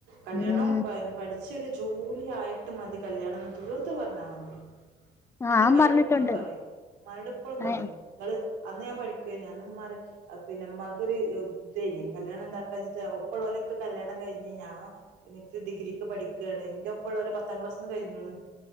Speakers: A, on the right; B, on the left.
A: കല്യാണം
B: ഉം.
A: പ പഠിച്ചൊരു ജോലി ആയിട്ട് മതി കല്യാണംന്ന് തീർത്ത് പറഞ്ഞാ മതി
B: ആ,
A: ഞാൻ ഇന്റെ ഇമ്മാനോട്
B: പറഞ്ഞിട്ടുണ്ട്.
A: ഇപ്പളും പറയും ഇമ്മാനോട് ഇപ്പളും പറയും
B: ഏ.
A: നിങ്ങള് അന്ന് ഞാൻ പഠിക്കേനി അന്ന് മ്മ പറയും ആഹ് പിന്നെ മ്മാക്കൊരു ഇതേനി കല്യാണ ഉണ്ടാക്കാ ഞ്ഞിട്ട് ഒപ്പള്ളോലൊക്കെ കല്യാണം കഴി ഞ്ഞ് ഞാൻ ഇനിപ്പ ഡിഗ്രിക്ക് പഠിക്കാണ് ഇന്റപ്പള്ളോളെ പത്താം ക്ലാസ്സ്‌ന്ന് കഴിഞ്ഞ്ണ്